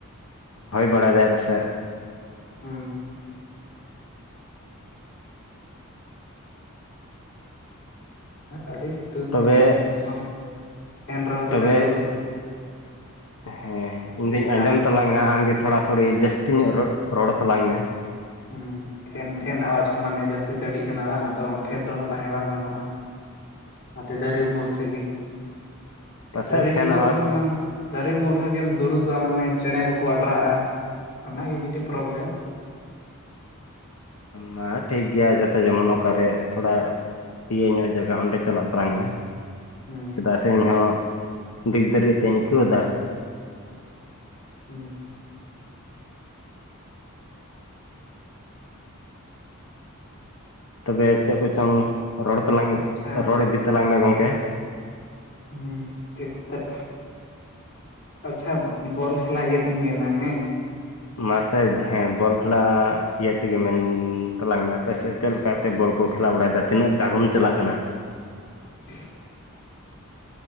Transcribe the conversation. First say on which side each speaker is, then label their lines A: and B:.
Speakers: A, on the left; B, on the left.
A: ᱦᱚᱭ ᱵᱟᱲᱟ ᱭᱮᱫᱟᱭ ᱵᱟᱥᱮᱡ
B: ᱦᱩᱸ ᱟᱹᱰᱤ ᱥᱤᱛᱩᱝ
A: ᱛᱚᱵᱮ
B: ᱯᱷᱮᱱ ᱨᱮᱦᱚᱸ ᱯᱷᱮᱱ ᱨᱮᱦᱚᱸ ᱛᱤᱱᱟᱹᱜ
A: ᱛᱚᱵᱮ
B: ᱮᱢ ᱫᱩᱲᱩᱵ
A: ᱦᱮᱸ ᱤᱧ ᱫᱩᱧ ᱟᱸᱡᱚᱢ
B: ᱟ
A: ᱛᱟᱞᱟᱝ-ᱟ ᱟᱢ ᱜᱮ ᱛᱷᱚᱲᱟ ᱛᱷᱚᱲᱤ ᱡᱟᱥᱛᱤ ᱧᱚᱜ ᱨᱚᱲ ᱨᱚᱲ ᱛᱟᱞᱟᱝ ᱢᱮ
B: ᱦᱮᱸ ᱯᱷᱮᱱ ᱯᱷᱮᱱ ᱟᱣᱟᱡ ᱦᱚᱸ ᱢᱟᱱᱮ ᱡᱟᱹᱥᱛᱤ ᱥᱟᱰᱮᱜ ᱠᱟᱱᱟ ᱵᱟᱝ ᱟᱫᱚ ᱯᱷᱮᱱ ᱨᱮᱦᱚᱸ ᱛᱟᱦᱮᱸ ᱵᱟᱝ ᱜᱟᱱᱚᱜᱼᱟ ᱟᱛᱮ ᱫᱟᱨᱮ ᱩᱢᱩᱞ ᱥᱮᱫ ᱜᱮ
A: ᱯᱟᱥᱮᱡ
B: ᱫᱟᱨᱮ
A: ᱯᱷᱮᱱ
B: ᱩᱢᱩᱞ
A: ᱟᱣᱟᱡᱽ
B: ᱨᱮᱦᱚᱸᱟᱱ ᱫᱟᱨᱮ ᱩᱢᱩᱞ ᱨᱮᱦᱚᱸ ᱡᱮᱢ ᱫᱩᱲᱩᱵᱚᱜᱼᱟ ᱢᱟᱱᱮ ᱪᱮᱬᱮ ᱠᱚᱠᱚ ᱟᱰᱨᱟᱜᱼᱟ ᱚᱱᱟᱜᱮ ᱢᱤᱫ ᱴᱮᱡ ᱯᱨᱚᱵᱽᱞᱮᱢ
A: ᱢᱟ ᱴᱷᱤᱠ ᱜᱮᱭᱟ. ᱡᱟᱛᱮ ᱡᱮᱢᱚᱱ ᱚᱠᱟᱨᱮ ᱛᱷᱚᱲᱟ ᱤᱭᱟᱹ ᱧᱚᱜ ᱡᱟᱭᱜᱟ ᱚᱸᱰᱮ ᱪᱟᱞᱟᱜ ᱛᱟᱞᱟᱝ ᱢᱮ
B: ᱦᱩᱸ
A: ᱪᱮᱫᱟᱜ ᱥᱮ ᱤᱧᱦᱚᱸ ᱫᱤᱠ <unintelligible> ᱟᱹᱭᱠᱟᱹᱣᱫᱟ
B: ᱦᱮᱸ
A: ᱛᱚᱵᱮ ᱪᱮᱫ ᱠᱚᱪᱚᱝ ᱨᱚᱲ ᱛᱟᱞᱟᱝ
B: ᱟᱪᱪᱷᱟ
A: ᱨᱚᱲ ᱤᱫᱤ ᱛᱟᱞᱟᱝ ᱢᱮ ᱜᱚᱢᱠᱮ
B: ᱦᱩᱸ ᱪᱮᱫ ᱚᱛ ᱟᱪᱷᱟ ᱵᱚᱞ ᱠᱷᱮᱞᱟ ᱤᱭᱟᱹᱛᱤᱧ ᱢᱮᱱᱟ ᱦᱮᱸ
A: ᱢᱟᱥᱮ ᱦᱮᱸ ᱵᱚᱞ ᱠᱷᱮᱞᱟ ᱤᱭᱟᱹ ᱛᱮᱜᱮ ᱢᱮᱱ ᱛᱟᱞᱟᱝ ᱢᱮ ᱟᱯᱮ ᱥᱮᱫ ᱪᱮᱫ ᱞᱮᱠᱟᱛᱮ ᱵᱚᱞ ᱠᱚ ᱠᱷᱮᱞᱟ ᱵᱟᱲᱟ ᱭᱮᱫᱟ ᱛᱤᱱᱟᱹᱜ ᱫᱟᱨᱚᱢ ᱪᱟᱞᱟᱜ ᱠᱟᱱᱟ
B: <inaudible> <inaudible>